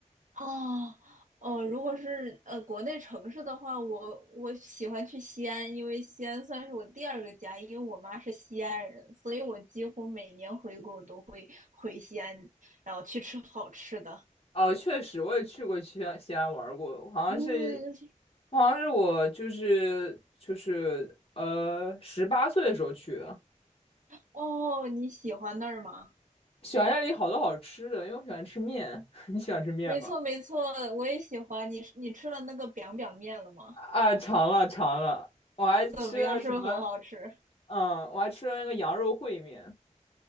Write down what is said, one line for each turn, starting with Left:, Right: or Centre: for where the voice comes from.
Right: 哦，哦，如果是呃国内城市的话，我我喜欢去西安，因为西安算是我第二个家，因为我妈是西安人，所以我几乎每年回国都会回西安，然后去吃好吃的。
Left: 哦，确实，我也去过西安，西安玩儿过，好像是，
Right: 嗯，
Left: 好像是我就是就是呃，十八岁的时候去的。
Right: 哦，你喜欢那儿吗？
Left: 喜欢这里好多好吃的，因为我喜欢吃面。<laughs> 你喜欢吃面吗？
Right: 没错，没错，我也喜欢。你你吃了那个 biang biang 面了吗？
Left: 啊，尝了尝了，我还吃了什么？
Right: 怎么样？是不是很好吃？
Left: 嗯，我还吃了那个羊肉烩面。